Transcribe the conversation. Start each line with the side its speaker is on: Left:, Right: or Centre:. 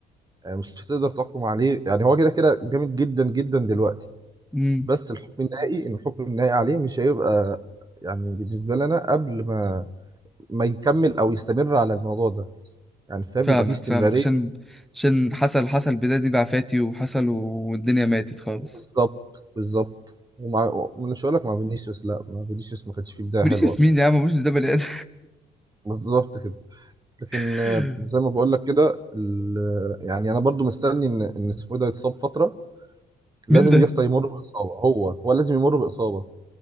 Right: مش هتقدر تحكم عليه يعني هو كده كده جامد جدا جدا دلوقتي
Centre: امم
Right: بس الحكم النهائي ان الحكم النهائي عليه مش هيبقى يعني بالنسبه لنا قبل ما ما يكمل او يستمر على الموضوع ده يعني فاهم
Centre: فاهمك
Right: يبقى فيه استمراريه
Centre: فاهمك عشان عشان حصل حصل بداية دي بعفاتي وحصل والدنيا ماتت خالص
Right: بالظبط بالظبط ومع مش هقول لك مع فينيسيوس لا مع فينيسيوس ما كانش فيه بدايه
Centre: فينيسيوس
Right: حلوه اصلا
Centre: مين يا عم فينيسيوس ده بني ادم
Right: بالظبط كده لكن
Centre: <laughs>
Right: آه، زي ما بقول لك كده ال- يعني انا برضو مستني ان ان اسمه إيه ده يتصاب فتره لازم
Centre: مين ده
Right: يسطا يمر باصابه هو هو لازم يمر باصابه